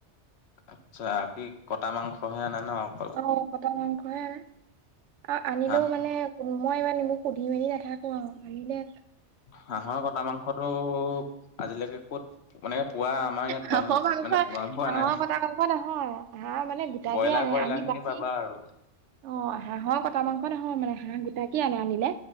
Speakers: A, on the left; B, on the right.
A: আচ্ছা কি কটা মাংসহে আনা। ন অকল
B: অ কটা মাংসহে অ আনিলেও
A: হাঁহ
B: মানে মই এইবাৰ- মোক সুধি মেলি নাথাকো আৰু আমি দে
A: হাঁহৰ কটা মাংসটোও আজিলৈকে ক'ত- মনেকে পুৱোৱা আমাৰ ইয়াত
B: হাঁহৰ
A: গম
B: মাংস
A: মানে গৰম পোৱা
B: হাঁহৰ
A: নাই
B: কটা মাংস নহয় হাঁহ মানে গোটাকে
A: ব্ৰইলাত-
B: আনে
A: কয়লা,
B: আনি
A: খিনি
B: বাচি
A: পাবা। আৰু
B: অ হাঁহৰ কটা মাংস নহয় মানে হাঁহ গোটেই আনে আনিলে